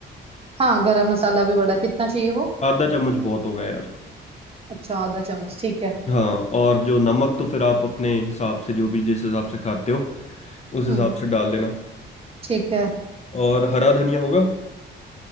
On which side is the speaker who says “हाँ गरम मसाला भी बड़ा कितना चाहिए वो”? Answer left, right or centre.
Right